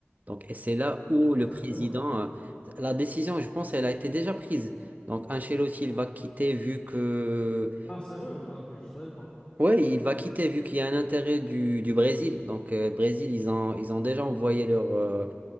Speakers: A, on the right; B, on the left.
A: Donc, et c'est là où
B: Exactement.
A: le président, euh, la décision, je pense, elle a été déjà prise. Donc, Ancelotti, il va quitter vu que,
B: Ah, sérieux? Ah, ok, je savais pas.
A: ouais, il va quitter vu qu'il y a un intérêt du, du Brésil. Donc, euh, Brésil, ils ont, ils ont déjà envoyé leur, euh,